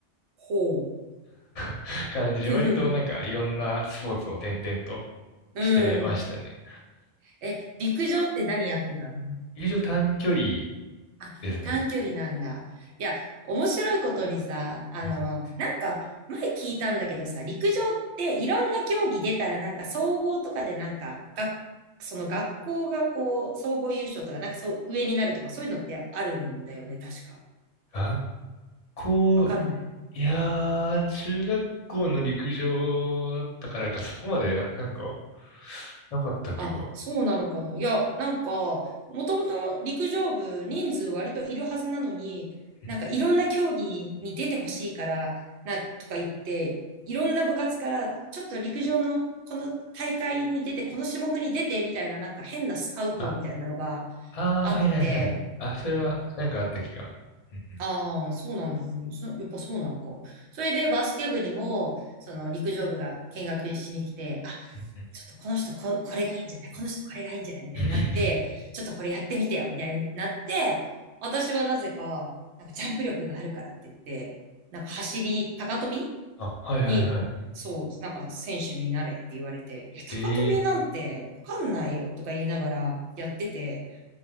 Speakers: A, on the right; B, on the left.
A: ほう。
B: <laughs> 感じで、
A: <laughs>
B: 割となんかいろんなスポーツを転々と
A: うん。
B: してましたね。
A: え、陸上って何やってたの
B: 陸上短距離
A: あ、
B: ですね。
A: 短距離なんだ。いや、面白いことにさ、あの、
B: うんうん
A: なんか、前聞いたんだけどさ、陸上っていろんな競技出たら、なんか総合とかでなんか、が、その学校がこう、総合優勝とか、なんかそう、上になるとか、そういうのってあるんだよね、確か。
B: 学校
A: わかんない
B: いやー、中学校の陸上だったからか、そこまでな、なんか、なかった気が。
A: あ、そうなのかな。いや、なんか、もともと陸上部人数割といるはずなのに、
B: うん
A: なんかいろんな競技に出てほしいから、な、とか言って、いろんな部活から、ちょっと陸上のこの大会に出て、この種目に出て、みたいななんか変なスカウトみたいなのが
B: あ、あー、
A: あって、
B: はいはいはい。あ、それは、なんかあった気が。うん
A: ああ、そうなんですね。そ、やっぱそうなのか。それでバスケ部にも、その陸上部が見学しに来て、あ、
B: うんうんうん
A: ちょっとこの人こ、これがいいんじゃないこの人これがいいんじゃないみたいになって、
B: <laughs>
A: ちょっとこれやってみてよみたいになって、私はなぜか、なんかジャンプ力があるからって言って、なんか走り、高跳び
B: あ、はいはいはい。
A: に、そう、なんか選手になれって言われて、いや、
B: ええ
A: 高跳びなんてわかんないよとか言いながらやってて、